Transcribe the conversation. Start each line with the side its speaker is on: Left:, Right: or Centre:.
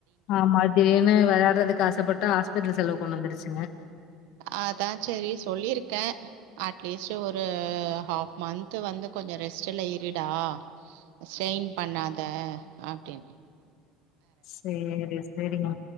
Left: ஆமா திடிர்னு விளையாடுறதுக்கு ஆசைப்பட்டு ஹாஸ்பத்தல செலவு கொண்டு வந்துடுச்சுங்க
Right: அதா ஆ செரி சொல்லிருக்கே அட்லீஸ்ட் ஒரு ஹாஃப் மந்த்து வந்து கொஞ்ச ரெஸ்ட்ல இருடா ஸ்டெய்ன் பண்ணாத அப்டினு
Left: சேரி சேரிங்க